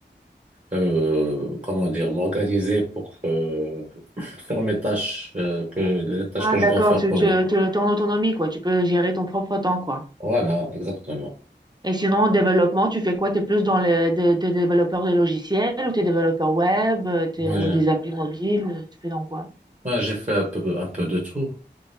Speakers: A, on the right (about 40°); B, on the right (about 20°).
A: euh, comment dire, m'organiser pour euh, faire mes tâches, euh, que, les tâches
B: Ah,
A: que
B: d'accord,
A: je dois faire
B: tu,
A: pour
B: tu,
A: le.
B: tu- t'es en autonomie, quoi. Tu peux gérer ton propre temps, quoi.
A: Voilà, exactement.
B: Et sinon, en développement, tu fais quoi? Tu es plus dans le de- t'es développeur de logiciels ou t'es développeur web euh, t'es-
A: Moi,
B: ou
A: j'ai
B: des applis mobiles ou tu fais dans quoi?
A: moi, j'ai fait un peu, un peu de tout.